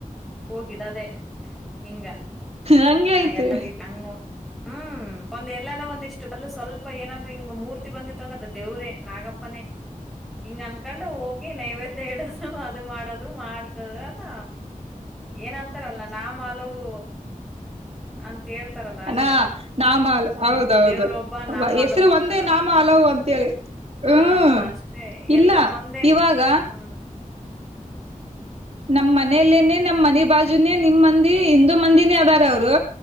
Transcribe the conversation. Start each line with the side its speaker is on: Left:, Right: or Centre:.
Centre: ಹೋಗಿಡದೇ ಹಿಂಗ
Right: ಹಂಗೆ
Centre: ಹ
Right: ಐತಿ
Centre: ಎಲ್ಲ ರೀತಿ ಹಂಗ ಹ್ಮ್ ಒಂದು ಎಲ್ಲ ಒಂದಿಷ್ಟು ಅಲ್ಲ ಸ್ವಲ್ಪ ಏನಂದ್ರೆ ಹಿಂಗ ಮೂರ್ತಿ ಬಂದಿತ್ತ ಅಂದ್ರ ದೇವ್ರೇ ನಾಗಪ್ಪನ ಹಿಂಗ್ ಅನ್ಕೊಂಡು ಹೋಗಿ ನೈವೇದ ಇಡೋದು ಅದು ಮಾಡೋದು ಮಾಡ್ತದ ಅಂದ ಏನಂತಾರಲ್ಲ ನ ಮಾಲವುೂ ಅಂತ ಹೇಳ್ತಾರಲ್ಲ ಹಂಗ
Right: ನಾ ನಾಮ ಅಲ್
Centre: ಹ್ಮ್
Right: ಹೌದೌದು
Centre: ದೇವ್ರೊಬ್ಬ ನಾಮ
Right: ಹೆಸರು
Centre: ಅಲವು ಅಂತಾರಲ್ಲ
Right: ಒಂದೇ ನಾಮ ಹಲವು ಅಂತೇಳಿ
Centre: ಹಾ
Right: ಹ್ಮ್
Centre: ಅಷ್ಟೇ
Right: ಇಲ್ಲ
Centre: ಎಲ್ಲ ಒಂದೇನೆ
Right: ಇವಾಗ
Centre: ಹ್ಮ್
Right: ನಮ್ ಮನೇಲ್ಲೇನೆ ನಮ್ ಮನೆ ಬಾಜುನೆೇ ನಿಮ್ ಮಂದಿ ಹಂದು ಮಂದಿನೇ ಅದಾರ ಅವರು